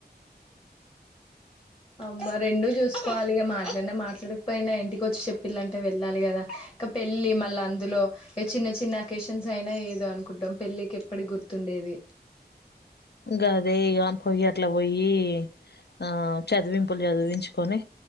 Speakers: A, on the left; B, on the left.
A: అమ్మ రెండూ చూసుకోవాలి. ఈగ మాట్లాడిన మాట్లాడకపోయినా ఇంటికి వచ్చి చెప్పిల్లంట వెళ్ళాలి కదా. ఇంక పెళ్ళి మళ్ళ అందులో ఇక చిన్న చిన్న అకేషన్స్ అయినా ఏదో అనుకుంటాం. పెళ్ళికి ఎప్పటి గుర్తుండే ఎవీ
B: గాదే ఇగ పోయత్ అట్లా పోయి ఆ చదివింపులు చదివించుకొని